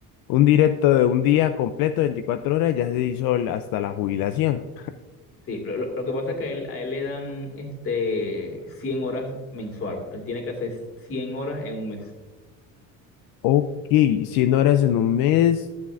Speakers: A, on the left; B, on the left.
A: un directo de un día completo, 24 horas, ya se hizo el- hasta la jubilación.
B: Sí, lo, lo- lo que pasa es que a él, a él le dan este 100 horas mensual. Él tiene que hacer 100 horas en un mes.
A: Ok, 100 horas en un mes,